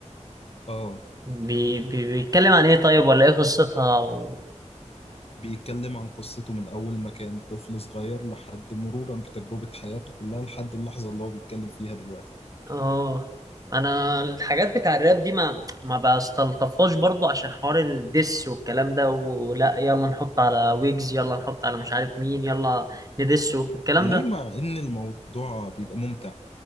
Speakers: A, on the left (about 55°); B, on the right (about 30°).
A: اه
B: بي بي بيتكلم عن ايه طيب ولا ايه قصتها و...
A: بيتكلم عن قصته من اول ما كان طفل صغير لحد مرورا بتجربة حياته كلها لحد اللحظة اللي هو بيتكلم فيها دلوقتي
B: اه انا الحاجات بتاع الراب دي ما ما بستلطفهاش برضو عشان حوار الدس والكلام ده ولا يلا نحط على ويجز يلا نحط على مش عارف مين يلا ندسه الكلام
A: ليه
B: ده
A: مع ان الموضوع بيبقى ممتع